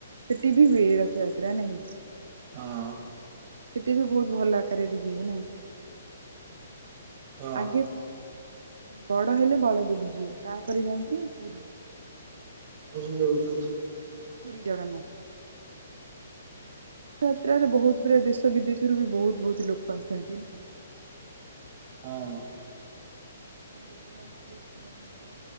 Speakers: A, on the right; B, on the right.
A: ସେଠି ବି ହୁଏ ରଥଯାତ୍ରା ନାଁଇ।
B: ହଁ।
A: ସେଠି ବି ବୋହୁତ ଭଲ ଆକାରରେ ହୁଏ ନାଇଁ
B: ହଁ
A: ଆଗେ ବଡ ହେଲେ ବଳଦେବଜୀଉ ତାପରେ ଯାଇକି ପୁରି
B: ପୁରି ଜଗନ୍ନାଥ
A: ପୁରି ଜଗନ୍ନାଥ ଯାତ୍ରାରେ ବୋହୁତ ପ୍ରାୟ ଦେଶ ବିଦେଶରୁ ବି ବୋହୁତ ବୋହୁତ ଲୋକ ଆସନ୍ତି ନାଇଁ।
B: ହଁ।
A: ସବୁ ପୁରା ବୋହୁତ ଧାର୍ମିକ